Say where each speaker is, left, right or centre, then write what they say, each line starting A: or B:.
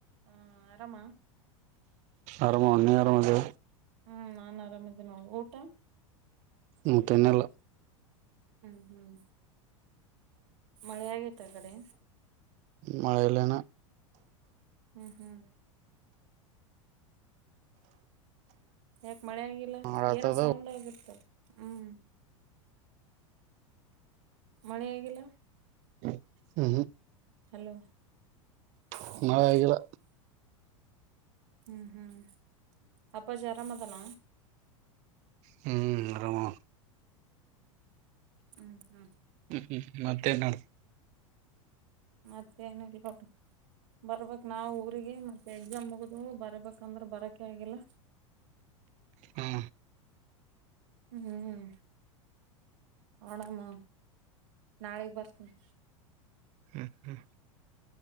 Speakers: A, on the right; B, on the right.
A: ಹ್ಮ ಆರಾಮಾ
B: ಆರಾಮ ನೋಡ ನೀನು ಆರಾಮದಿ
A: ಹ್ಮ್ ನಾನ್ ಆರಾಮಿದೀನ ಊಟ
B: ಊಟ ಇನ್ನಿಲ್ಲ.
A: ಹ್ಮ್ ಹ್ಮ್ ಮಳೆ ಆಗೇತ ಆ ಕಡೆ.
B: ಮಳೆಲ್ಲ ಇನ
A: ಹ್ಮ್ ಹ್ಮ್ ಯಾಕ ಮಳೆ ಆಗಿಲ್ಲ
B: ಮಾಡತದ
A: ಏನ ಸೌಂಡ್ ಆಗಿತ್ತಲ್. ಹ್ಮ್ ಮಳೆೆಯಾಗಿಲ್ಲ
B: ಹ್ಮ್ ಹ್ಮ್
A: ಹಲೋ
B: ಹ್ಮ್
A: ಹೌದ
B: ಮಳೆ ಆಗಿಲ್ಲ
A: ಹ್ಮ್ ಹ್ಮ್ ಅಪ್ಪಜಿ ಅರಾಮದಾನ
B: ಹ್ಮ್ ಅರಮನ್
A: ಹ್ಮ್ ಹ್ಮ್
B: ಹ್ಮ್ ಹ್ಮ್ ಹ್ಮ್ ಮತ್ತೇನ್ ನಡದ
A: ಮತ್ತ ಏನ ಇಲ್ಲ ನೋಡ. ಬರ್ಬೇಕ ನಾವ ಊರಿಗೆ ಮತ್ತೆ ಎಕ್ಸಾಮ್ ಮುಗದ ಬರ್ಬೇಕಂದ್ರ ಬರಕೆ ಆಗಿಲ್ಲ.
B: ಹ್ಮ
A: ಹ್ಮ್. ನೋಡಮ್ಮ ನಾಳಿಗ ಬರ್ತೀನಿ.
B: ಹ್ಮ್ ಹ್ಮ್.